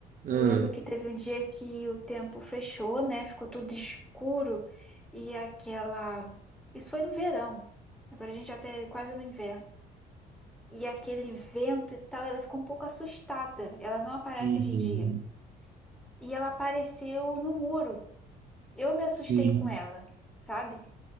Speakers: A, on the right (about 55°); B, in the centre.
A: Ah,
B: eu lembro que teve um dia que o tempo fechou, né? Ficou tudo escuro e aquela. Isso foi no verão. Agora a gente já tá quase no inverno. E aquele vento e tal, ela ficou um pouco assustada. Ela não aparece
A: Uhum.
B: de dia. E ela apareceu no muro. Eu me assustei
A: sim.
B: com ela, sabe?